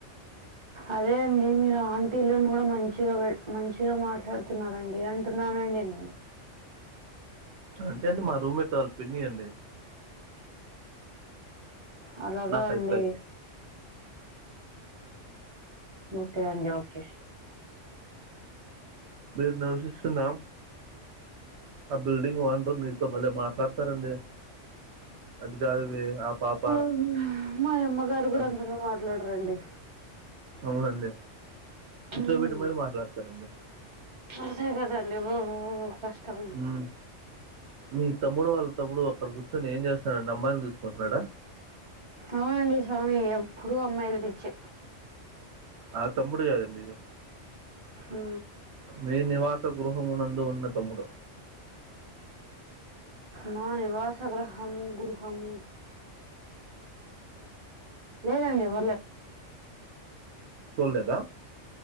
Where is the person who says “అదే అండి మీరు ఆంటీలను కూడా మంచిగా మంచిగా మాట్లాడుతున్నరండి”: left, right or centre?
Right